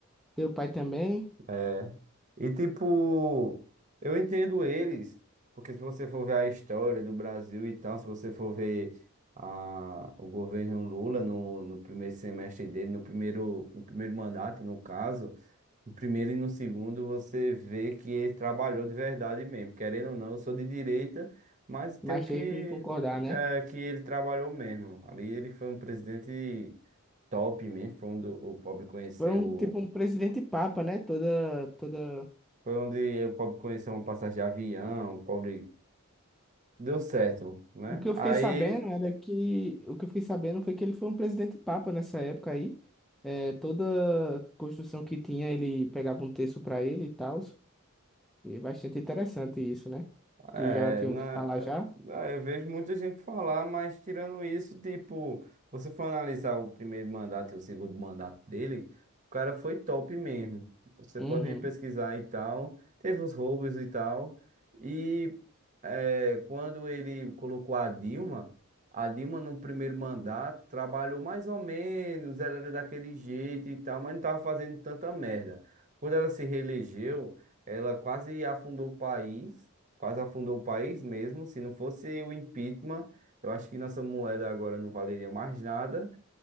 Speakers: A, in the centre; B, on the right.
A: Teu pai também.
B: É. E tipo, eu entendo eles, porque se você for ver a história do Brasil e tal, se você for ver a, o governo Lula no, no primeiro semestre dele, no primeiro, no primeiro mandato, no caso, no primeiro e no segundo, você vê que ele trabalhou de verdade mesmo. Querendo ou não, eu sou de direita, mas tenho
A: Mas
B: que,
A: tem que concordar, né?
B: é, que ele trabalhou mesmo. Ali ele foi um presidente top mesmo, foi onde o pobre conheceu
A: Foi um tipo um presidente papa, né? Toda, toda.
B: Foi onde o pobre conheceu uma passagem de avião, o pobre deu certo, né?
A: O que eu
B: Aí.
A: fiquei sabendo era que o que eu fiquei sabendo foi que ele foi um presidente papa nessa época aí. É, toda construção que tinha ele pegava um terço pra ele e tal. E é bastante interessante isso, né?
B: É,
A: Tu já tinha
B: na,
A: ouvido falar já?
B: ah, eu vejo muita gente falar, mas tirando isso, tipo, você for analisar o primeiro mandato e o segundo mandato dele, o cara foi top mesmo. Você
A: Uhum,
B: pode pesquisar e tal, teve os roubos e tal. E é, quando ele colocou a Dilma, a Dilma no primeiro mandato trabalhou mais ou menos, ela era daquele jeito e tal, mas não tava fazendo tanta merda. Quando ela se reelegeu, ela quase afundou o país quase afundou o país mesmo. Se não fosse o impeachment, eu acho que nossa moeda agora não valeria mais nada.